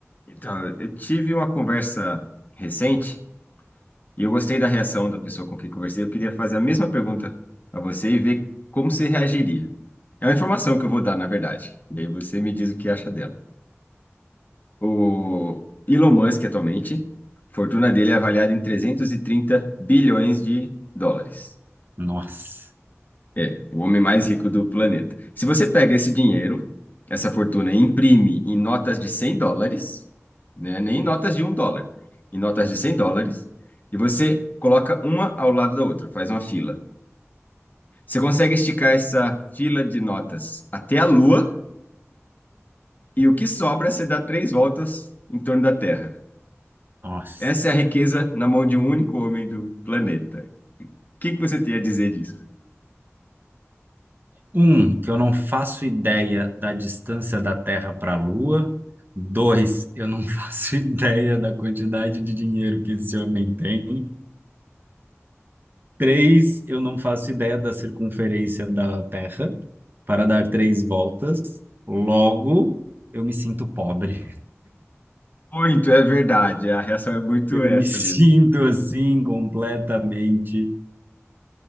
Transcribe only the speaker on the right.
Nossa,
nossa.
Um, que eu não faço ideia da distância da Terra para a Lua. Dois, eu não <laughs> faço ideia da quantidade de dinheiro que esse homem tem. Três, eu não faço ideia da circunferência da Terra para dar três voltas. Logo, eu me sinto pobre.
Eu
me <laughs> sinto
assim completamente